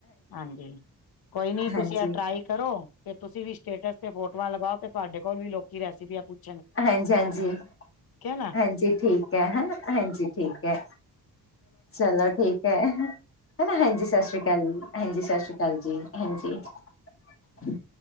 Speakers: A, on the left; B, on the left.
A: ਹਾਂਜੀ ਕੋਈ ਨੀ
B: ਹਾਂਜੀ
A: ਤੁਸੀ ਆ ਟਰਾਈ- ਕਰੋ ਤੇ ਤੁਸੀ ਵੀ ਸਟੇਟਸ ਤੇ ਫੋਟੋਆਂ ਲਗਾਓ ਤੇ ਤੁਹਾਡੇ ਕੋਲ ਵੀ ਲੋਕੀ ਰੈਸਪੀਆਂ ਪੁੱ-
B: ਹਾਂਜੀ -ਹਾਂਜੀ-
A: ਨਾ
B: ਹਾਂਜੀ ਠੀਕ ਹੈ। ਹਨ ਹਾਂਜੀ ਠੀਕ ਹੈ। ਚਲੋ ਠੀਕ ਹੈ। ਹਨਾ ਹਾਂਜੀ ਸਤਿ ਸ੍ਰੀ ਅਕਾਲ ਜੀ ਹਾਂਜੀ ਸਤਿ ਸ੍ਰੀ ਅਕਾਲ ਜੀ- ਜੀ ਹਾਂਜੀ-